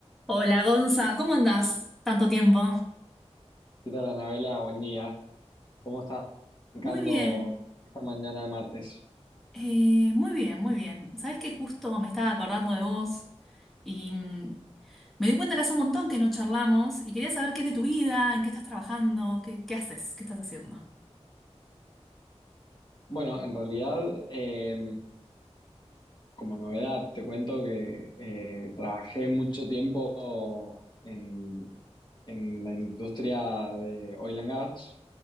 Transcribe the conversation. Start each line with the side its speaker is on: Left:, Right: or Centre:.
Centre: Hola Gonza, ¿cómo andás? Tanto tiempo.
Left: ¿Qué tal, Anabela? Buen día. ¿Cómo estás arrancando
Centre: Muy bien,
Left: esta mañana de martes?
Centre: eh, muy bien, muy bien. Sabés que justo me estaba acordando de vos y mm, me di cuenta que hace un montón que no charlamos y quería saber qué es de tu vida, en qué estás trabajando, qué, qué haces, qué estás haciendo.
Left: Bueno, en realidad, eh, como novedad, te cuento que eh, trabajé mucho tiempo en, en la industria de oil and gas